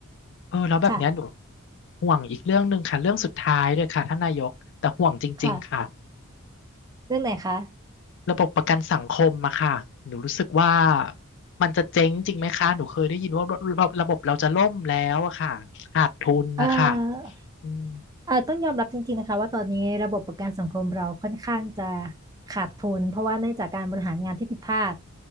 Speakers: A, on the left; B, on the right.
A: เออแล้วแบบเนี้ยหนู
B: ค่ะ
A: ห่วงอีกเรื่องหนึ่งค่ะเรื่องสุดท้ายเลยค่ะท่านนายกแต่ห่วงจริงๆค่ะ
B: ค่ะเรื่องไหนคะ
A: ระบบประกันสังคมอะค่ะหนูรู้สึกว่ามันจะเจ๊งจริงไหมคะหนูเคยได้ยินว่าระบบระบบเราจะล่มแล้วอะค่ะขาดทุนนะคะ
B: เอ่อ
A: อืม
B: เอ่อต้องยอมรับจริงๆนะคะว่าตอนนี้ระบบประกันสังคมเราค่อนข้างจะขาดทุนเพราะว่าเนื่องจากการบริหารงานที่ผิดพลาด